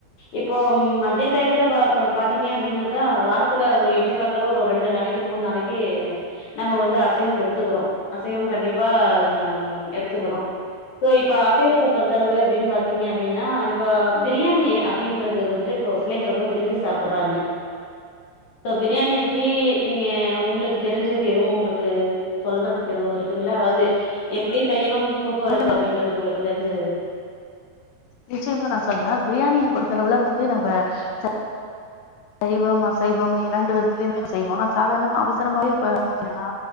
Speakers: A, on the left; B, on the left.
A: இப்போ மதிய டயத்துல பா பா பாத்திங்க அப்டின்னாக்கா வாரத்துல எப்டி பாத்தாலு ஒரு ரெண்டு நாளைக்கு மூணு நாளைக்கு நம்ம வந்து அசைவம் எடுத்துக்கறோ அசைவம் கண்டிப்பா அ எடுத்துக்கறோ சோ இப்ப அசைவத்த பொறுத்தளவு எப்டின் பாத்திங்க அப்டின்னா இப்ப பிரியாணி அப்டின்றது வந்துட்டு இப்ப பிள்ளைங்க ரொம்ப விரும்பி சாப்படறாங்க இப்போ பிரியாணிய பத்தி நீங்க உங்களுக்கு தெரிஞ்சது எதுவு உங்களுக்கு சொல்றதுக்கு எதுவு இருக்குங்ளா அதாவுது எப்படி செய்யணும் போக்குவரத்து
B: ஆமா,
A: அப்படின்றது உங்களுக்கு தெரிஞ்சது அது
B: நிச்சயமா நா சொல்றே பிரியாணிய பொறுத்தளவுல வந்து நம்ப ச சைவம் அசைவம் இரண்டு விதத்துலயுமே செய்வோ சாதாரணமா அவசரமாவே இப்ப ஏன்னா